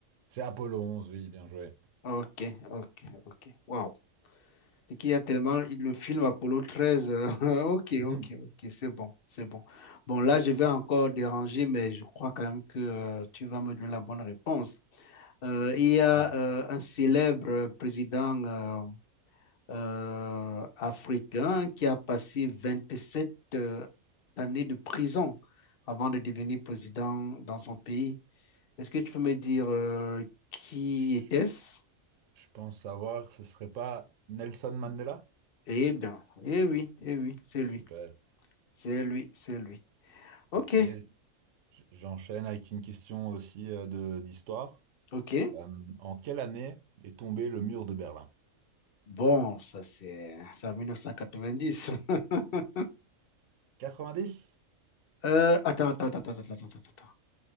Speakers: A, on the right (about 70°); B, on the left (about 50°).
A: C'est Apollo onze, oui, bien joué.
B: OK, OK, OK. Wow. C'est qu'il y a tellement il- le film Apollo treize. euh, <laughs> ok,
A: Mhm.
B: ok, ok, c'est bon, c'est bon. Bon, là, je vais encore déranger, mais je crois quand même que euh, tu vas me donner la bonne réponse. Euh, il y a
A: Euh,
B: euh, un célèbre président euh, euh, africain qui a passé 27 euh, années de prison avant de devenir président dans son pays. Est-ce que tu peux me dire euh, qui
A: Je
B: était-ce?
A: je pense savoir, ce serait pas Nelson Mandela?
B: Eh bien, eh oui, eh oui, c'est
A: Super.
B: lui, c'est lui, c'est lui. Ok,
A: Ok, J- j'enchaîne avec une question aussi euh, de d'histoire.
B: ok.
A: Euh, en quelle année est tombé le mur de Berlin?
B: Bon, ça c'est c'est en 1990. <laughs>
A: Quatre-vingt-dix.
B: Euh, attends, attends, attends, attends, attends, attends, attends. attends.